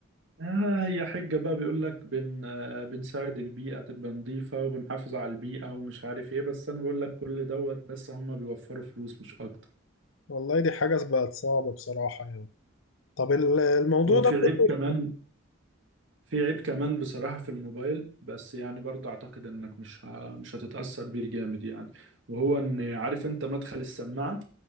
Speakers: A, on the right; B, on the left.
A: آه هي حجة بقى بيقول لك بن آه، بنساعد البيئة تبقى نظيفة وبنحافظ على البيئة ومش عارف ايه بس انا بقول لك كل دوت بس هم بيوفروا فلوس مش اكتر
B: والله دي حاجة بقت صعبة بصراحة يعني طب ال- الموضوع
A: هو
B: ده
A: في عيب
B: كله
A: كمان في عيب كمان بصراحة في الموبايل بس يعني برضه أعتقد إنك مش ه... مش هتتأثر بيه جامد يعني وهو إن عارف أنت مدخل السماعة